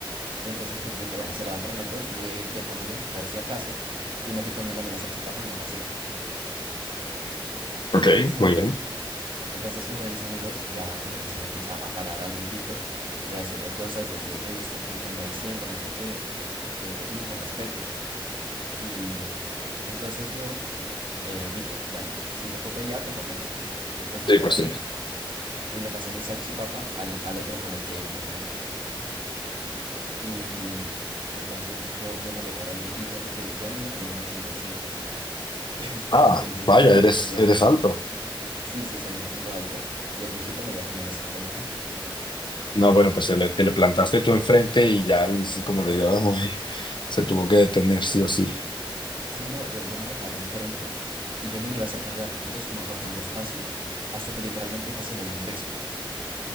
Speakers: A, on the right; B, on the left.
A: Y entonces, pues dije, bueno, se levantaron los dos, voy a ir yo también, por si acaso. Y me fui comiéndome la salchipapa mientras iba.
B: Ok,
A: Entonces,
B: muy bien.
A: entonces uno de mis amigos ya como que se le empieza a parar al viejito y a decirle cosas de que, hey, ¿usted qué, qué anda diciendo? No sé qué, que, que tin, que respete. Y entonces yo eh, dije, bueno, si tocó pelear, tocó pelear. Entonces
B: Sí,
A: yo
B: pues
A: agarré
B: sí.
A: y le pasé mi salchipapa al, al otro con el que íbamos, ¿no? Y entonces yo, yo me le paro al viejito porque yo mido como un ochenta Y cinco <laughs>
B: Ah,
A: y el viejito
B: vaya, eres,
A: medía,
B: eres alto.
A: sí, sí, soy un poquito alto. Y el viejito medía como unos cincuenta
B: No, bueno, pues se le- te le plantaste tú enfrente y ya, y sí, como digo, ay, se tuvo que detener, sí o sí.
A: Sí, no, yo, yo me le paré enfrente y yo me le iba acercando de a poquitos, como acortando espacio, hasta que literalmente casi le di un beso.